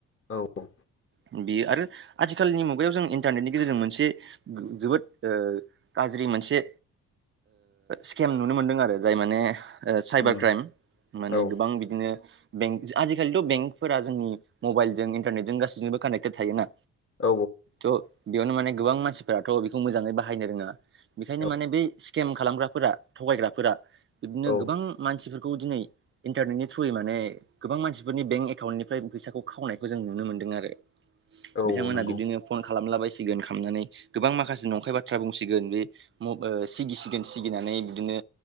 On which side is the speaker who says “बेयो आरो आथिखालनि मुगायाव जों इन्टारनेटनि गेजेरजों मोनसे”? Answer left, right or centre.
Right